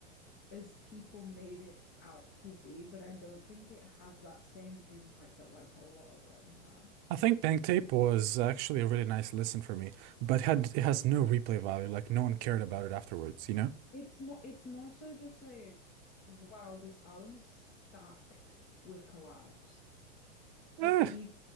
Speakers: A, on the left (about 40°); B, on the right (about 40°).
A: as people made it out to be, but I don't think it has that same impact that like Whole Lotta Red has.
B: I think Pink Tape was actually a really nice listen for me, but had it has no replay value. Like no one cared about it afterwards, you know?
A: It's more it's more so just like, wow, this album is stacked with collabs.
B: Eh,
A: Like, are you
B: he